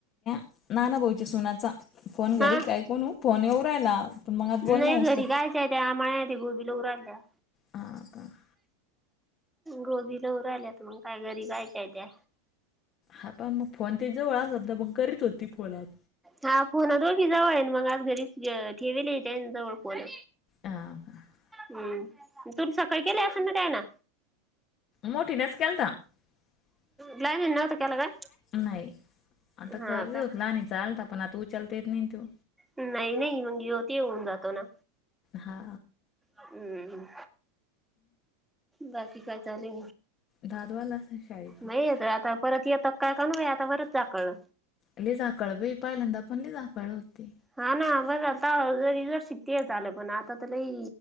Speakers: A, on the left (about 40°); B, in the centre.
A: ना ना भाऊच्या सुनाचा फोन घरी
B: हा
A: कायकणू फोन येव रायला मग आत
B: नाही
A: बोल हुवसतर
B: घरी गायच्या त्या माळ्या ते गोबीला उरायल्या.
A: <unintelligible>
B: गोबी लव राआल्यात, मग काय घरी जायचं त्या,
A: हा मग फोन दे जवळ असलं तर मग, करीत होती फोन आज
B: हा फोनात दोन्ही जवळ आहे मग घरी, <unintelligible> ठेवी ल त्या जवळ फोन,
A: हा
B: हम्म तुम्ही सकाळी केल्या असेल ना त्यांना?
A: मोठिनेच केलता <unintelligible>
B: ग्लायनीन नव्हता केला का?
A: नाही आता
B: हा
A: कर्ज
B: का
A: होतला आणि चालता पण आता उचलता येत नाही तू
B: नाही नाही मगी होती होऊन जातो ना
A: हा,
B: हम्म बाकी काय चाले,
A: दादू आला असेल शाळेतून
B: नाहीेत आता परत येत काय काण आता परच चाकळ
A: लईच आकाळ बाई पहिल्यांदा नाही <unintelligible> आला होता,
B: हा ना बरं आता जर शिक ते झा, आलं पण आता तर लई